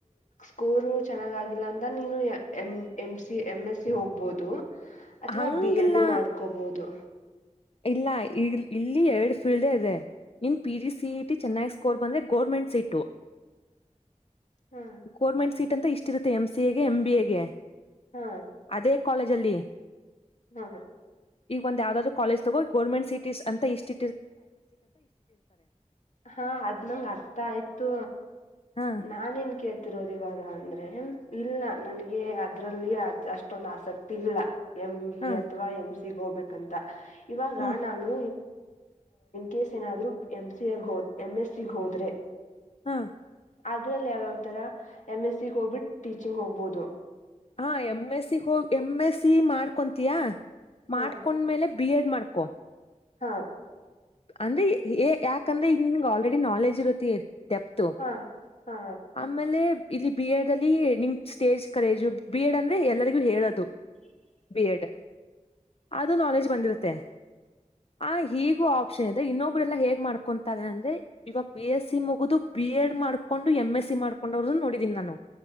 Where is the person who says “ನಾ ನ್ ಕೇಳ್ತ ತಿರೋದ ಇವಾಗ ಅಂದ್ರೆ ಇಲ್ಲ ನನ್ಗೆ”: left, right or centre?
Left